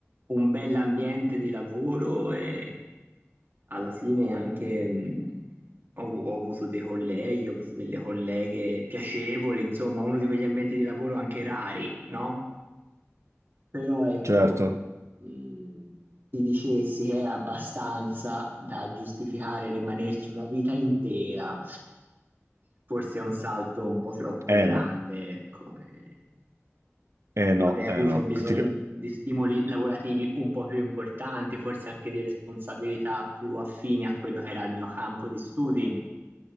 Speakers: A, on the right; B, on the right.
A: un bell'ambiente di lavoro e alla fine anche mh, ho, avu- ho avuto dei colleghi, ho avuto delle colleghe piacevoli, insomma, uno di quegli ambienti di lavoro anche rari, no? Però ecco,
B: Certo.
A: mh, ti dicessi che è abbastanza da giustificare rimanerci una vita intera, forse è un salto un po' troppo
B: Eh
A: grande,
B: no,
A: ecco. eh
B: eh no,
A: avrei avuto
B: eh no.
A: bisogno
B: Ti-
A: di stimoli lavorativi un po' più importanti, forse anche di responsabilità più affini a quello che era il mio campo di studi.